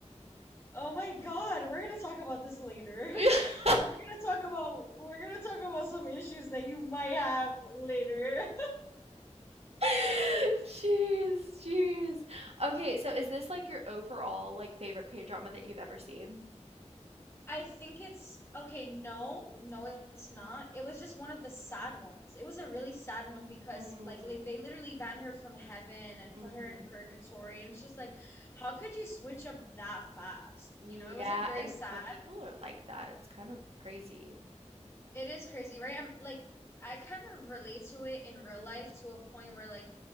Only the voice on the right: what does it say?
<laughs>
<laughs> Jeez, jeez. Okay, so is this like your overall like favorite K-drama that you've ever seen?
Mm,
mhm,
mhm.
Yeah,
and
but people are like that. It's kind of crazy.